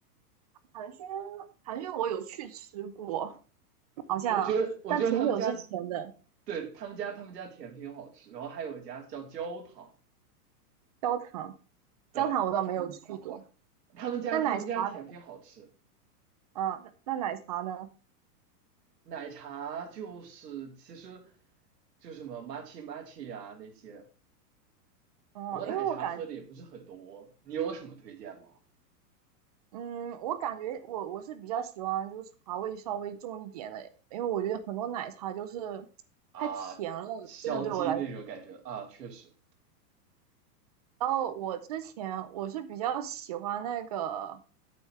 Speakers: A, on the right; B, on the right.
A: 寒暄寒暄我有去吃过，好像但挺久之前的。
B: 我觉得我觉得他们家，对，他们家他们家甜品好吃，然后还有一家叫焦糖，
A: 焦糖
B: 对，
A: 焦糖我倒没有去过。
B: 他们家他们家甜品好吃，
A: 那奶茶呢？嗯，那那奶茶呢？
B: 奶茶就是其实就是什么 matcha matcha 呀、那些，
A: 嗯，
B: 我奶茶喝的也不是很多，
A: 因为我感
B: 你有什么推荐吗？
A: 嗯，我感觉我我是比较喜欢就是茶味稍微重一点的，因为我觉得很多奶茶就是
B: 啊，
A: 太甜了，
B: 香精那种感觉啊，
A: 真的对我来说。
B: 确实
A: 然后我之前我是比较喜欢那个